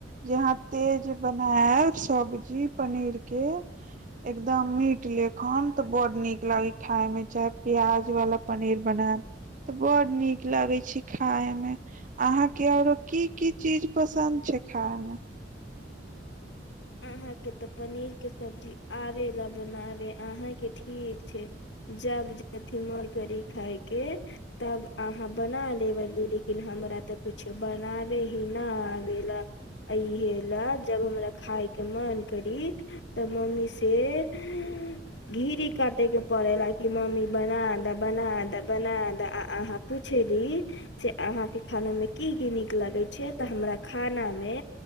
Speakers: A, on the right; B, on the left.
A: जेहाँ तेज बनायब सब्जी पनीर के एकदम मीट लेखन तऽ बड्ड नीक लागे खाय में चाहे प्याज वाला पनीर बनायब तऽ बड नीक लगै छै खाय मे अहाके आरो की की चीज पसन्द छै खाय मे
B: अहाँके तऽ पनीर के सब्जी आबे ला बनाबे अहाँके ठीक छै जब जथि मोन करी खायके तब अहाँ बना लेबली लेकिन हमरा तऽ बनावे ही न आबेला इहे ले जब हमरा खाइ के मन करी तऽ मम्मी से घिरी काटे के पड़े ला कि मम्मी बना द बना द बना द अहाँ पूछेली से अहाँके खाना मे की की निक लगै छै तऽ हमरा खाना मे